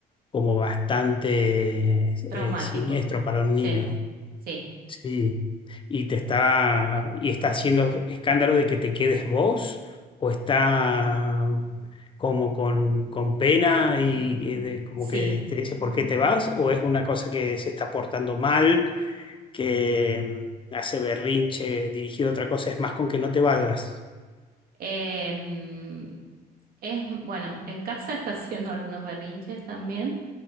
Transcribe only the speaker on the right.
traumático,
sí,
sí,
sí.
Em, es, bueno, en casa está <laughs> haciendo algunos berrinches también.